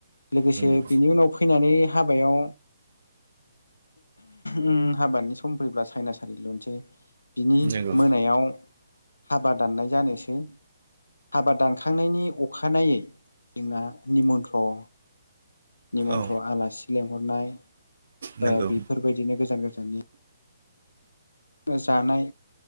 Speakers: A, on the left; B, on the right.
A: लोगोसे
B: नंगौ
A: बिनि उनाव फैनानै हाबायाव उम हाबादनि सम फैब्ला साइना सालि लुनोसै बिनि
B: नंगौ
A: मोनायाव बा दाननाय जानोसै। हाबा दानखांनायनि अखानायै जोंना निमन्थ्र निमन्थ्र
B: औ
A: आलासि लेंहरनाय
B: नंगौ
A: ओ बेफोरबायदिनो गोजान गोजाननि जानाय